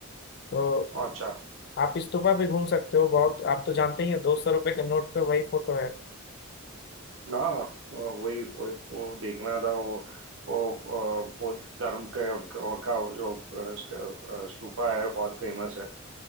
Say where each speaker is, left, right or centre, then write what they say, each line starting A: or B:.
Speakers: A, on the left; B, on the right.
A: तो
B: अच्छा
A: आप इस्तूफा भी घूम सकते हो बहुत आप तो जानते ही हैं दो सौ रुपए के नोट पे वही फोटो है
B: ना वही वही वो देखना था वो वो अ, बौद्ध धर्म के, का जो अ, स्ट- अ, स्तूपा है बहुत फेमस है